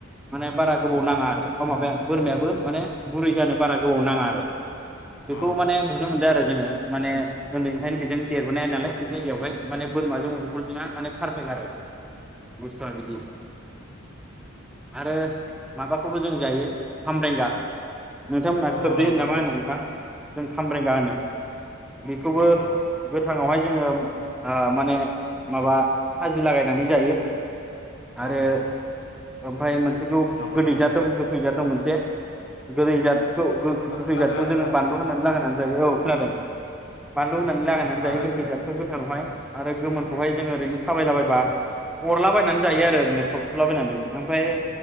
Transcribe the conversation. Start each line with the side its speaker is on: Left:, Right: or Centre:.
Centre: माने बारा गोबाव नाङा आरो ओ माबाया बोरमायाबो माने गुरै जानो बारा गोबाव नाङा आरो बेखौ
Left: अ
Centre: माने नुनो मोनदो आरो। जोङो माने उनदैनिफ्रायनो जों देरबोनाय नालाय बे जायगायावहाय माने बोरमाजों मुदुमफुलजोंहा माने पारफेक्ट आरो। बस्थया बिदि आरो माबा खौबो जों जायो खामब्रेंगा नोंथांमोना
Left: अ
Centre: खोरदै
Left: नंगौ
Centre: होनो ना
Left: नंगौ
Centre: मा होनो नोंथां जों। खामब्रेंगा होनो। बेखौबो
Left: औ औ
Centre: गो सिगाङावहाय जोङो ओ माने माबा खाजि लागायनानै जायो। आरो
Left: अ
Centre: ओमफ्राय मोनसे। खौ
Left: नंगौ
Centre: गोदैजाद
Left: नंगौ नोंथां
Centre: दं गोखैजाद दं मोन जे गोदैजाद खौ गो
Left: ओ
Centre: गोखैजाथखौ
Left: खोनादोंना नोंथां
Centre: जोङो बानलु होनानै लागायनानै। जायो औ खोनादों। बानलु होनानै लागायनानै
Left: उम,
Centre: जायो
Left: आरो
Centre: गोखै
Left: लोगो
Centre: जाथखौ गोथां आवहाय आरो गोमोनखौहाय जोङो ओरैनो थाबायलाबायबा अरलाबायायनानै जायो
Left: औ
Centre: आरो ओरैनो सावस हुलाबायनानै ओमफ्राय